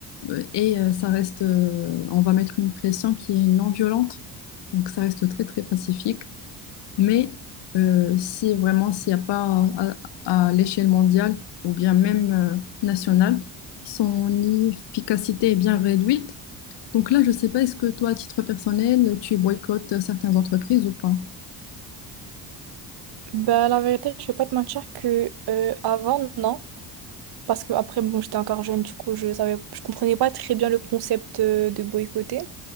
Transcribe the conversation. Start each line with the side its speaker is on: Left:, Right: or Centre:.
Left: euh, et euh, ça reste, euh, on va mettre une pression qui est non violente, donc ça reste très très pacifique. Mais euh, si vraiment s'il n'y a pas à, à- l'échelle mondiale ou bien même euh, nationale, son efficacité est bien réduite. Donc là, je sais pas, est-ce que toi, à titre personnel, tu boycottes certaines entreprises ou pas?
Right: Ben, la vérité, je vais pas te mentir que euh, avant, non. Parce que après, bon, j'étais encore jeune, du coup, je savais, je comprenais pas très bien le concept euh, de boycotter.